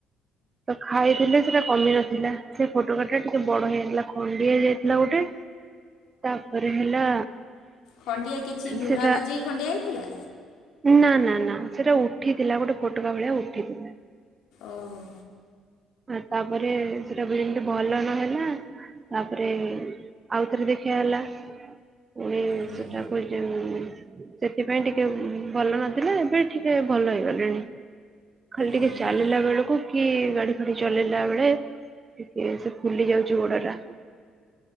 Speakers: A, on the right (about 25°); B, on the left (about 75°).
A: ତ ଖାଇଥିଲି ସେଟା କମି ନଥିଲା। ସେ ଫୋଟକାଟା ଟିକେ ବଡ ହେଇଯାଇଥିଲା ଖଣ୍ଡିଆ ହେଇଯାଇଥିଲା ଗୋଟେ ତାପରେ ହେଲା
B: ଖଣ୍ଡିଆ କିଛି ଲୁହା
A: ସେଟା
B: ବାଜିକି ଖଣ୍ଡିଆ ହେଇଥିଲା।
A: ନା ନା ନା ସେଟା ଉଠିଥିଲା ଗୋଟେ ଫୋଟକା ଭଳିଆ ଉଠିଥିଲା।
B: ଓହୋ।
A: ଆଉ ତାପରେ ସେଟା ବି ଯେମିତି ଭଲ ନହେଲା। ତାପରେ ଆଉଥରେ ଦେଖିବା ହେଲା ପୁଣି
B: ହୁଁ।
A: ସେଟାକୁ <inaudible> ସେଥିପାଇଁ ଟିକେ ଭଲ ନଥିଲା ଏବେ ଟିକେ ଭଲ ହେଇଗଲାଣି। ଖାଲି ଟିକେ
B: ଓହୋ
A: ଚାଲିଲା ବେଳକୁ କି ଗାଡି ଫାଡି ଚଲେଇଲା ବେଳେ ଟିକେ ସେ ଫୁଲି ଯାଉଛି ଗୋଡଟା।